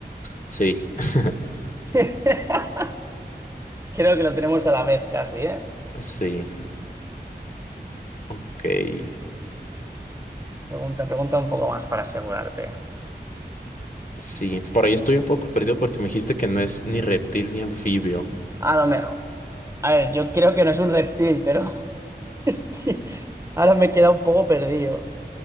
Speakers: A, on the left; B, on the right.
A: Sí, <laughs>
B: <laughs> Creo que lo tenemos a la vez casi, ¿eh?
A: sí. Ok. Eh,
B: Pregunta, pregunta un poco más para asegurarte.
A: sí, por ahí estoy un poco perdido porque me dijiste que no es ni reptil ni anfibio.
B: A lo mejor. A ver, yo creo que no es un reptil, pero <laughs> es que ahora me he quedado un poco perdido.